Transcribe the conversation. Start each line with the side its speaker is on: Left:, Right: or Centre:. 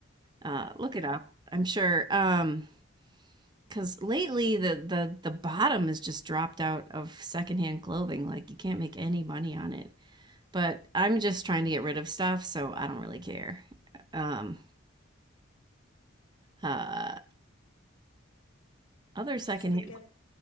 Right: Uh, look
Left: Okay.
Right: it up. I'm sure. Um, Because lately the the the bottom has just dropped out of secondhand clothing. Like you can't make any money on it but I'm just trying to get rid of stuff, so I don't really care. Um, uh, other secondhand.
Left: So they get,